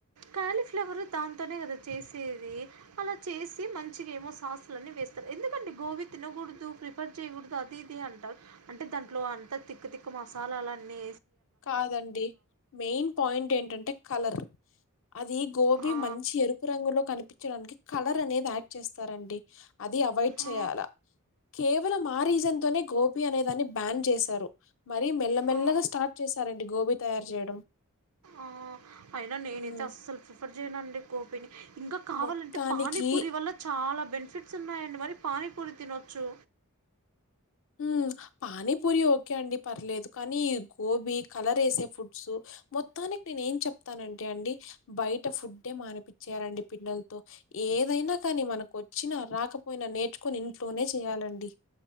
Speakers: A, on the right (about 80°); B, on the left (about 60°).
A: కాలీఫ్లవర్ దాంతోనే కదా చేసేది అలా చేసి మంచిగా ఏమో సాస్లు అన్నీ వేస్తారు ఎందుకంటడి గోబీ తినకూడదు ప్రిఫర్ చేయకూడదు అది ఇది అంటారు అంటే దాంట్లో అంతా తిక్క్క తిక్క్క మసాలాల అన్నీ
B: కాదండి మెయిన్ పాయింట్ ఏంటంటే కలర్ అది గోబీ
A: ఆ,
B: మంచి ఎరుపు రంగులో కనిపించడానికి కలర్ అనేది యాడ్ చేస్తారండి అది అవయిడ్ చేయాలా
A: ఆ,
B: కేవలం ఆ రీజన్ తోనే గోబి అనే దాన్ని బ్యాన్ చేశారు మరి మల్లమెల్లగా
A: ఆ,
B: స్టార్ట్ చేశారండి గోబీ తయారు చేయడం
A: ఆ అయినా నేనైతే
B: ఉమ్,
A: అస్సలు ప్రిఫర్ చేయనుండి గోబిని ఇంకా కావాలంటే
B: మొత్తానికి
A: పానీపూరి వల్ల చాలా బెనిఫిట్స్ ఉన్నాయండి మరి పానీపూరి తినొచ్చు
B: హ్మ్ పానీపూరి ఓకే అండి పర్లేదు కానీ గోబీ కలరేసి ఫుడ్స్ మొత్తానికి నేను ఏం చెప్తానంటే అండి బయట ఫుడే మానిపిచ్చేయాలండి పిల్లలతో, ఏదైనా కానీ మనకు వచ్చినా రాకపోయినా నేర్చుకొని ఇంట్లోనే చేయాలండి.